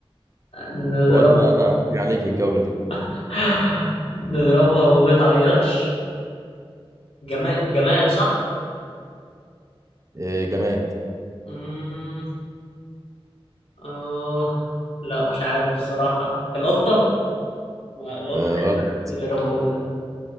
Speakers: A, on the left; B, on the right.
A: نضرب
B: تودي انا انا هعمل عليك الجولة دي
A: <laughs> نضربها ما بتعيطش جماد جماد صح
B: إيه جماد
A: امم اه لا مش عارف بصراحة القطة ما القطة
B: إيه
A: حيوان.
B: غلط
A: ايه اللي انا بقوله ده